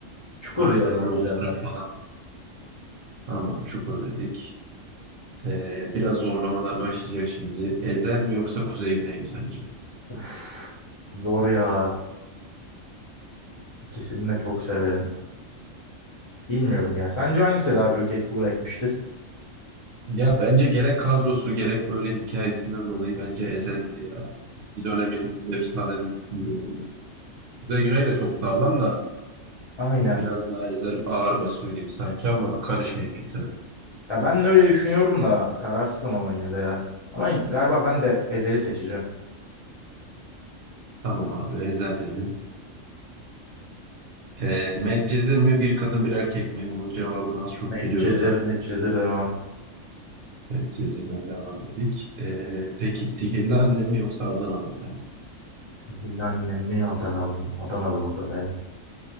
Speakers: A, on the left; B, on the right.
A: Çukur
B: Aynen
A: diyorum
B: logoları
A: o yüzden ben.
B: falan. Tamam Çukur dedik. Ee, biraz zorlamalar başlayacak şimdi. Ezel mi yoksa Kuzey Güney mi sence?
A: Uf, zor ya. İkisini de çok severim. Bilmiyorum ya. Sence hangisi daha büyük etki bırakmıştır?
B: Ya bence gerek kadrosu gerek böyle hikayesinden dolayı bence Ezel'dir ya. Bir dönemin efsane dizisidir yani. Kuzey Güney de çok sağlam da
A: Aynen.
B: hani biraz daha Ezel ağır basıyor gibi sanki ama karışmayın fikrine.
A: Ya ben de öyle düşünüyorum da kararsızım ama yine de ya. Ama galiba ben de Ezel'i seçeceğim.
B: Tamam abi Ezel dedin. Ee, Medcezir mi bir kadın bir erkek mi? Bunun cevabını az çok
A: Medcezir,
B: biliyorum zaten.
A: Medcezir devam.
B: Medcezir'den devam dedik. Ee, peki sihirli annem mi yoksa Adanalı mı sence?
A: Sihirli annem mi Adanalı mı? Adanalı burada da ya.